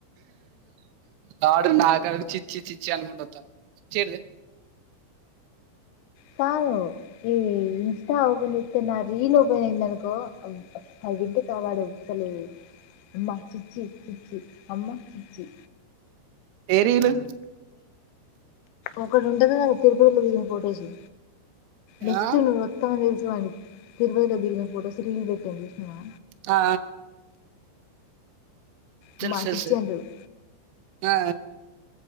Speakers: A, on the right (about 90°); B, on the left (about 80°).
A: వాడు నాకాడికి చిచ్చి చిచ్చి అనుకుంట వత్తాండు చైర్ తే
B: కాదు ఈ ఇన్స్టా ఓపెన్ చెత్తే నా రీల్ ఓపెన్ అయిందనుకో కో అవవింటి కావాడు అవ్తలేవ్ అమ్మా పిచ్చి పిచ్చి అమ్మా పిచ్చి
A: ఏ రీలు
B: ఒకటుంటది కదా తిరుపతిలో దిగిన ఫొటోసు నెక్స్ట్
A: ఆ
B: నువ్వొత్తావ్ అని తెలుసు వాడికి తిరుపతిలో దిగిన ఫొటోస్ రిల్ పెట్టామ్ చుసావా
A: ఆ
B: అమ్మ
A: తెలుసు తెలుసు
B: చిచ్చి అంటడు
A: ఆ